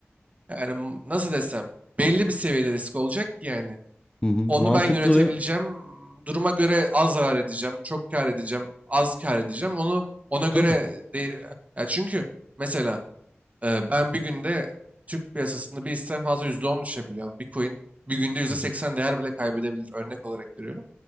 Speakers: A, on the right; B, on the left.
A: yani m- nasıl desem belli bir seviyede risk olacak ki yani.
B: Hı hı. Mantıklı
A: Onu ben yönetebileceğim.
B: ve
A: Duruma göre az zarar edeceğim, çok kar edeceğim, az kar edeceğim. Onu ona göre
B: tabii.
A: değil. Ya çünkü mesela ee, ben bir günde Türk piyasasında bir hisseden fazla %10 düşebiliyor. Bitcoin bir günde yüzde
B: Hı hı.
A: seksen değer bile kaybedebilir. Örnek olarak veriyorum.